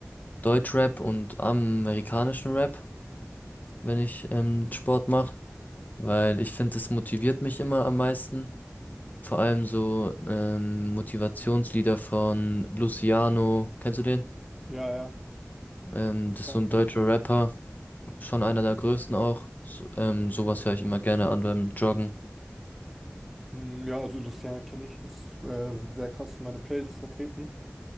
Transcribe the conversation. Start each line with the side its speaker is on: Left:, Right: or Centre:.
Left: Deutschrap und amerikanischen Rap, wenn ich ähm, Sport mache. weil ich finde, es motiviert mich immer am meisten. Vor allem so ähm, Motivationslieder von Luciano, kennst du den?
Centre: Ja, ja.
Left: Ähm, das
Centre: Fernfahrt.
Left: ist so ein deutscher Rapper, schon einer der größten auch. So, ähm, sowas höre ich immer gerne an beim Joggen.
Centre: Mm, Ja, also Luciano kenne ich, ist äh, sehr krass in meiner Playlist vertreten.